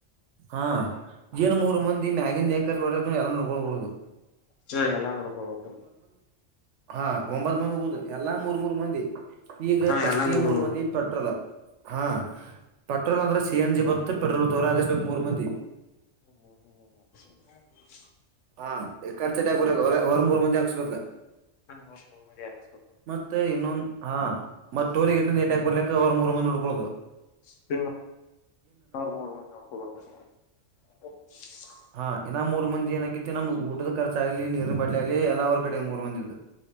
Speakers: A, on the right; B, on the left.
A: ಹಾ ಇನ್ ಮೂರ್ ಮಂದಿ ಮ್ಯಾಗಿಂದ ಏನ್ ಖರ್ಚ್ ಬರ್ತಾತ್ ನೋಡ್ ಎಲ್ಲ ನೋಡ್ಕೊಳ್ ಬಿಡೋದು.
B: <unintelligible> ಎಲ್ಲ ನೋಡ್ಕೋಬಕು.
A: ಹಾ ಒಂಬತ್ ಮಂದಿ ಹೋಗುದು ಎಲ್ಲಾ ಮೂರ್ ಮೂರ್ ಮಂದಿ. ಈಗ
B: ಹಾ
A: ಪಾಸ್ಟಿಗ್
B: ಎಲ್ಲ ಮೂರು
A: ಮೂರ್ ಮಂದಿ ಪೆಟ್ರಲ್ ಹಾ.
B: ಹ್ಮ್
A: ಪೆಟ್ರೋಲ್ ಅಂದ್ರೆ ಸಿ ಎನ್ ಜಿ ಬತ್ತ ಪೆಟ್ರೋಲ್ ತೋರ ಹಾಕುಸ್ಬೇಕ್ ಮೂರ್ ಮಂದಿ.
B: ಹ.
A: ಹಾ ಖರ್ಚ್ ಆರ ಹೊ ಹೊರ್ ಮೂರ್ ಮಂದಿ ಹಾಕ್ಸ್ಬೇಕ.
B: ಮೂರ್ ಮಂದಿ ಹಾಕಸ್ಬೇಕು
A: ಮತ್ತೆ ಇನೊಂದ್ ಹಾ ಮತ್ ಟೋಲ್ ಗೇಟ್ನಿಂದ್ ಏಟ್ಯಾಕ್ ಬರ್ಲಿಕ್ಕ ಅವ್ರ ಮೂರ್ ಮಂದಿ ನುಡ್ಕೊಳೋದು.
B: <unintelligible> ನೋಡ್ಕೊ.
A: ಹಾ ಇನ್ನ ಮೂರ್ ಮಂದಿ ಏನ ಆಕಿತಿ ನಮ್ದ ಊಟದ ಖರ್ಚ ಆಗ್ಲಿ ನೀರಿನ್ ಬಾಟ್ಲಿ ಆಗ್ಲಿ ಎಲ್ಲಾ ಅವರ್ ಕಡೆ ಮೂರು ಮಂದಿದು.